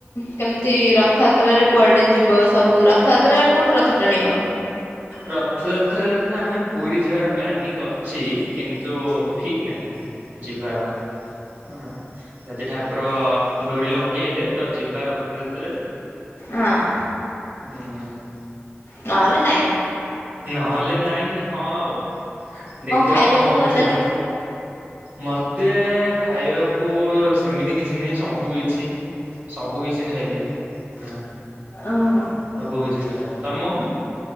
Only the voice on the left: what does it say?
କେମିତି ରଥଯାତ୍ରାରେ କୁଆଡେ ଯିବ ସବୁ ରଥଯାତ୍ରାରେ କୋଉଠି ରଥ ଟାଣିବ?
ହଁ
ନହଲେ ନାଇଁ।
ଖାଇବାକୁ
ଭଲ ଲାଗେ?
ଓହୋ।